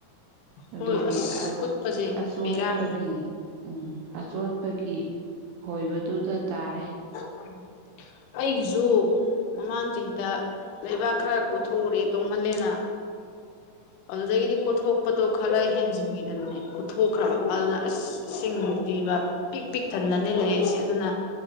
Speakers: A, on the right; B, on the left.
A: ꯑꯗꯨꯒꯤ
B: ꯍꯣꯏ ꯑꯁ ꯀꯨꯠꯄꯁꯦ
A: ꯑꯆꯣꯠꯄꯒꯤ
B: ꯕꯦꯔꯥꯅꯤ
A: ꯎꯝ ꯑꯆꯣꯠꯄꯒꯤ ꯍꯣꯏꯕꯗꯨꯨ ꯇ ꯇꯥꯔꯦ
B: ꯎꯝ ꯑꯩꯒꯤꯁꯨ ꯃꯃꯥꯡ ꯆꯍꯤꯗ ꯂꯩꯕꯥꯛ ꯈꯔ ꯀꯣꯊꯣꯛꯎꯔꯦ ꯇꯧꯃꯜꯂꯦꯅ ꯑꯗꯨꯗꯒꯤꯗꯤ ꯀꯣꯊꯣꯛꯄꯗꯣ ꯈꯔ ꯍꯦꯟꯖꯤꯟꯈꯤꯗꯅꯦ ꯀꯣꯊꯣꯛꯈ꯭ꯔꯕ ꯑꯗꯨꯅ ꯑꯁ ꯆꯤꯡꯈꯤꯕ ꯄꯤꯛ ꯄꯤꯛ ꯊꯟꯅꯗꯅꯦ ꯂꯩꯔꯤꯁꯦ ꯑꯗꯨꯅ